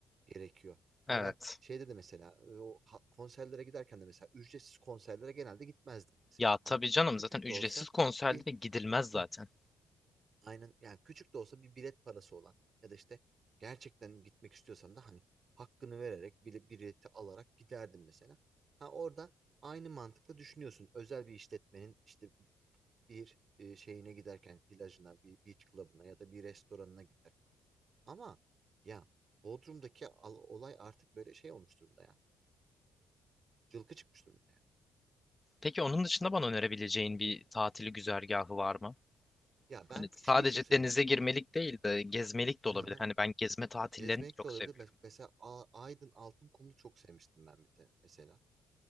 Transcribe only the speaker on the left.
Evet.
Ya tabii
canım
zaten ücretsiz
konserlere
gidilmez zaten.
Peki onun dışında bana önerebileceğin bir tatili güzergahı var mı?
Hani sadece
denize girmelik
değil de gezmelik de
olabilir.
Hani ben gezme tatillerini
çok
seviyorum.